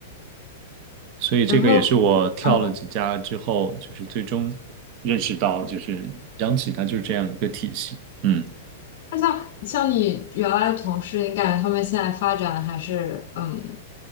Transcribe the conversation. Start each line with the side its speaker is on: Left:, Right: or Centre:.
Right: 所以这个也是我跳了几家之后，
Left: 然后。嗯。
Right: 就是最终认识到，就是央企它就是这样一个体系。嗯
Left: 那像像你原来的同事，你感觉他们现在发展还是嗯，